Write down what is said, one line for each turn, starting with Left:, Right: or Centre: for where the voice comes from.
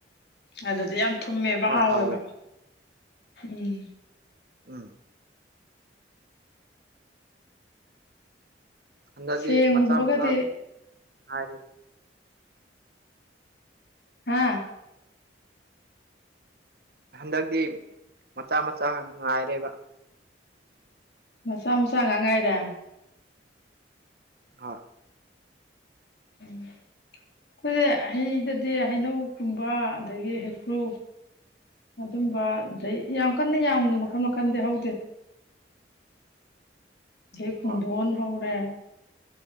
Left: ꯑꯗꯨꯗꯤ ꯌꯥꯝ ꯊꯨꯝꯃꯦꯕ
Right: ꯍꯣꯏ
Left: ꯍꯥꯎꯋꯦꯕ
Right: ꯍꯥꯎꯋꯦ
Left: ꯎꯝ
Right: ꯎꯝ ꯍꯟꯗꯛꯇꯤ
Left: ꯁꯦꯝꯒꯨꯝꯕꯒꯗꯤ
Right: ꯃꯆꯥ ꯃꯆꯥ <unintelligible>
Left: ꯍꯥꯥ
Right: ꯍꯟꯗꯛꯇꯤ ꯃꯆꯥ ꯃꯆꯥ ꯉꯥꯏꯔꯦꯕ
Left: ꯃꯁꯥ ꯃꯆꯥ ꯉꯥꯛ ꯉꯥꯏꯔꯦ
Right: ꯍꯣꯏ
Left: ꯎꯝ ꯑꯩꯈꯣꯏꯗ ꯍꯩꯗꯗꯤ ꯍꯩꯅꯧꯒꯨꯝꯕ ꯑꯗꯒꯤ ꯍꯩꯀ꯭ꯔꯨ ꯑꯗꯨꯝꯕ ꯑꯗꯩ ꯌꯥꯝ ꯀꯟꯅ ꯌꯥꯝꯅ ꯃꯈꯟ ꯃꯈꯟꯗꯤ ꯍꯧꯗꯦ ꯗꯩ ꯄꯨꯡꯙꯣꯟ
Right: ꯑꯣ
Left: ꯍꯧꯔꯦ